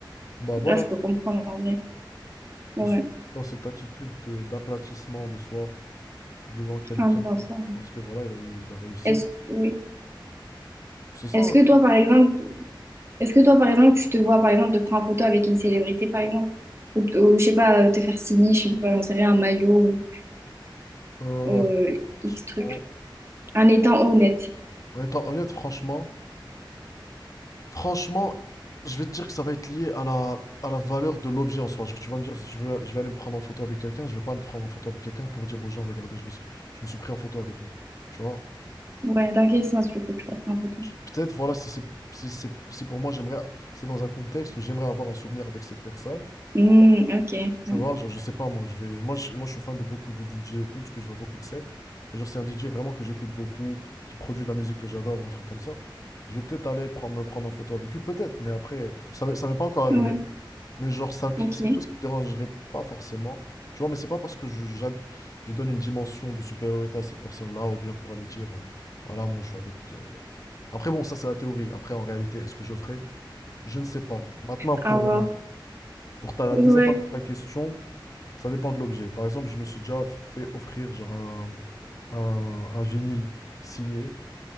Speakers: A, on the left; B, on the right.
A: Bah
B: Donc
A: voilà,
B: Là, je peux comprendre en vrai. Ouais.
A: mais sous- dans cette attitude de- d'aplatissement de soi devant quelqu'un,
B: Ah non, ça.
A: parce que voilà, il a eu, il a réussi.
B: Est-ce, oui.
A: C'est ça.
B: Est-ce
A: hein.
B: que toi, par exemple, Est-ce que toi, par exemple, tu te vois, par exemple, te prendre en photo avec une célébrité, par exemple? Ou, t- ou, je sais pas, te faire signer, je sais pas, j'en sais rien, un maillot
A: Euh,
B: ou euh, X truc.
A: en
B: En étant honnête.
A: en étant honnête, franchement, franchement, je vais te dire que ça va être lié à la, à la valeur de l'objet en soi. Genre, tu vas me dire, si je veux, je vais aller me prendre en photo avec quelqu'un, je vais pas me prendre en photo avec quelqu'un pour dire aux gens, regardez, je me suis, je me suis pris en photo avec lui. Tu vois?
B: Ouais, dans quel sens, du coup, tu vas te prendre en photo?
A: je- Peut-être, voilà, si c'est si c'est si pour moi j'aimerais c'est dans un contexte où j'aimerais avoir un souvenir avec cette personne.
B: Hmm, ok,
A: Tu
B: ouais.
A: vois, genre, je sais pas, moi je vais moi je, moi je suis fan de beaucoup de DJ et tout, du coup je vois beaucoup de sets. Et genre c'est un DJ vraiment que j'écoute beaucoup, qui produit de la musique que j'adore ou un truc comme ça. Je vais peut-être aller prendre, me prendre en photo avec lui, peut-être, mais après, ça m'est ça m'est pas encore arrivé.
B: Ouais,
A: Mais genre, ça, que-
B: ok.
A: c'est quelque chose qui me dérangerait pas forcément. Tu vois, mais c'est pas parce que je, j'ad- je donne une dimension de supériorité à cette personne-là, ou bien pour aller dire, euh, voilà, moi je suis avec. euh, Après, bon, ça c'est la théorie. Après, en réalité, est-ce que je le ferai? Je ne sais pas. Maintenant, pour,
B: À voir.
A: euh, pour ta, la
B: Ouais.
A: deuxième partie de ta question, ça dépend de l'objet. Par exemple, je me suis déjà fait offrir genre un, un, un vinyle signé.